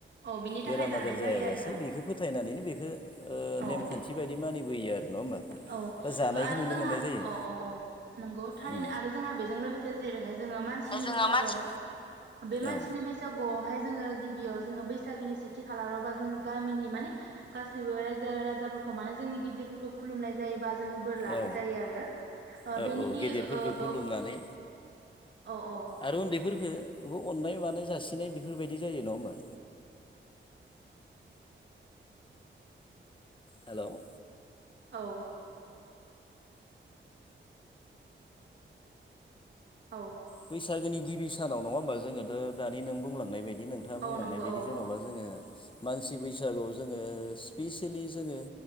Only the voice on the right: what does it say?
औ बिनि
थाखाय जानाय
जायो आरोना
औ
औ
आरो
जोंहा
औ औ औ नंगौ थारैनो
आरो। जोंहा बेजों लोगोसे जेरैहाय जोङो मानसिनि
बैसागु
आरो बे मानसिनि
बै। बैसागुआवहाय जोङो गिबियाव जोङो बैसागोनि सेथि खालारावबा जों गामिनि माने। गासैबो रायजो राजाफोरखौ माने जोंनि गिदिर फोरखौ। खुलुमनाय जायो बा जोङो बोर लानाय
जायो आरो
बेनि
ओ।
औ औ।
औ। औ।
औ
नंगौ
औ